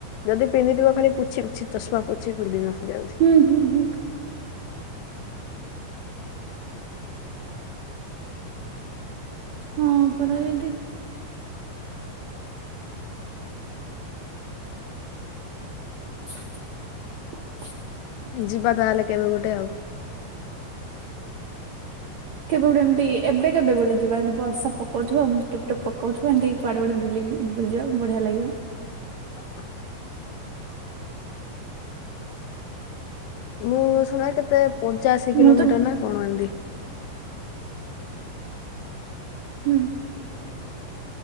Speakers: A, on the left; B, on the right.
A: ଯଦି ପିନ୍ଧିଥିବ ଖାଲି ପୋଛିଛି ଚାଷମା ପୋଛି ପିନ୍ଧିବ ଯାଉଛି।
B: ହୁଁ ହୁଁ ହୁଁ।
A: ହୁଁ।
B: ହଁ ପରା ଦିଦି। <inaudible>
A: ଯିବା ତାହେଲେ କେବେ ଗୋଟେ ଆଉ।
B: କେବେ ଗୋଟେ ଏମତି ଏବେ କେବେ ଗୋଟେ ଯିବା ବର୍ଷା ପକଉଥିବ। ଟୁପ୍ ଟୁପ୍ ପକଉଥିବ ଏମତି କୁଆଡେ ଗୁଟେ ବୁଲିବି ବୁଲିଯିବା ବଢିଆ ଲାଗିବ।
A: ହ <unintelligible> ମୁଁ ସୁଣା କେତେ ପଞ୍ଚାଅଶୀ କିଲୋମିଟର
B: ମୁଁ ତ
A: ନା କଣ ଏମିତି।
B: ହୁଁ।